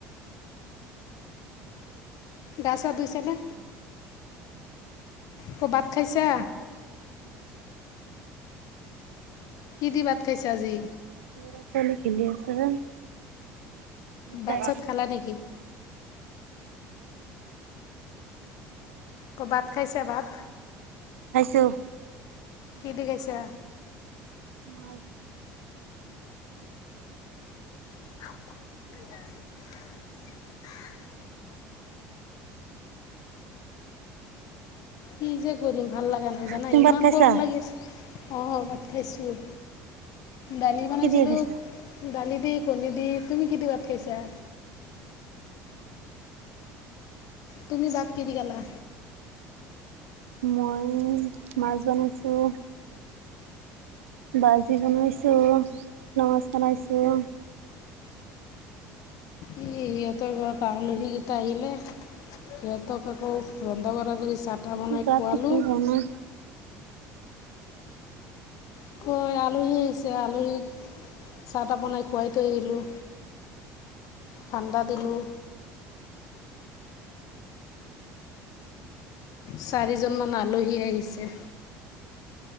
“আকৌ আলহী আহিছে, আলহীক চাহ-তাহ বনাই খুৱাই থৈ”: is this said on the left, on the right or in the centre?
Left